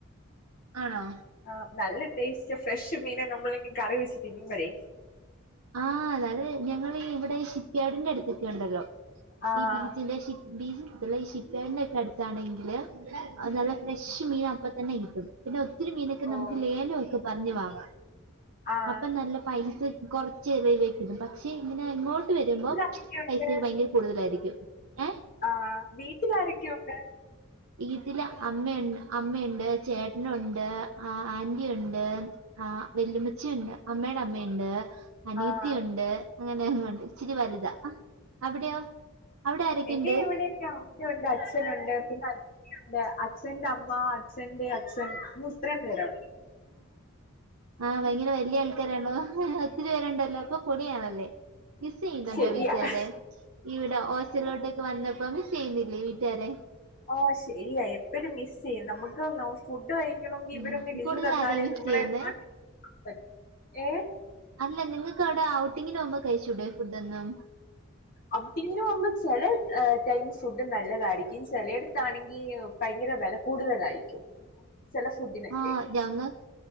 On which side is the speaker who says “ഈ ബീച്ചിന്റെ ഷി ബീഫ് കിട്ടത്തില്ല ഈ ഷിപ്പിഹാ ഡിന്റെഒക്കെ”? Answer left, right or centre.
Right